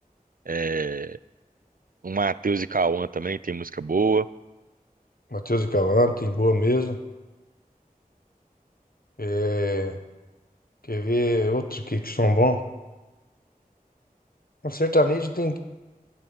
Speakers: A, on the right (about 65°); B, on the left (about 75°).
A: é, o Matheus e Cauã também tem música boa.
B: Mateus e Cauã, tem boa mesmo. É... Quer ver outro que, que são bons? O sertanejo tem